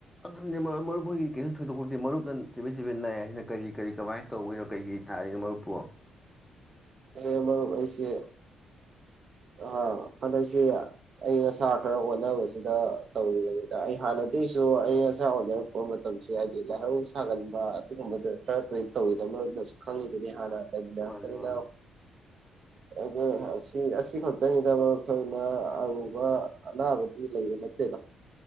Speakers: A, in the centre; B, on the right (about 55°).
A: ꯑꯗꯨꯅꯤ ꯃꯔꯨꯞ ꯍꯣꯏꯒꯤ ꯀꯩꯁꯨ ꯊꯣꯏꯗꯣꯛꯄꯗꯤ ꯃꯔꯨꯞꯅ ꯆꯤꯕꯦꯠ ꯆꯤꯕꯦꯠ ꯅꯥꯏ ꯍꯥꯏꯁꯤꯅ ꯀꯔꯤ ꯀꯔꯤ ꯀꯃꯥꯏꯅ ꯇꯧꯕꯩꯅꯣ ꯀꯩ <unintelligible> ꯃꯔꯨꯞꯄꯨ
B: ꯑꯦ ꯃꯔꯨꯞ ꯑꯩꯁꯦ ꯑꯥ ꯍꯟꯗꯛꯁꯦ ꯑꯌꯪ ꯑꯁꯥ ꯈꯔ ꯑꯣꯟꯅꯕꯁꯤꯗ ꯇꯧꯔꯤꯕꯅꯤꯗ ꯑꯩ ꯍꯥꯟꯅꯗꯒꯤꯁꯨ ꯑꯌꯪ ꯑꯁꯥ ꯑꯣꯟꯅ ꯄ ꯃꯇꯝꯁꯦ ꯍꯥꯏꯗꯤ ꯂꯥꯏꯍꯧ ꯁꯥꯒꯟꯕ ꯑꯗꯨꯒꯨꯝꯕꯗ ꯈꯔ ꯊꯣꯏꯅ ꯇꯧꯋꯤꯗꯅ ꯃꯔꯨꯞꯅꯁꯨ ꯈꯪꯉꯤꯗꯨꯅꯤ ꯍꯥꯟꯅ
A: ꯃꯥꯅꯦ ꯃꯥꯅꯦ
B: <unintelligible> ꯑ ꯑꯁꯤ ꯑꯁꯤ ꯈꯛꯇꯅꯤꯗ ꯃꯔꯨꯞ ꯊꯣꯏꯅ ꯑꯔꯨꯕ ꯑꯅꯥꯕꯗꯤ ꯂꯩꯕ ꯅꯠꯇꯦꯗ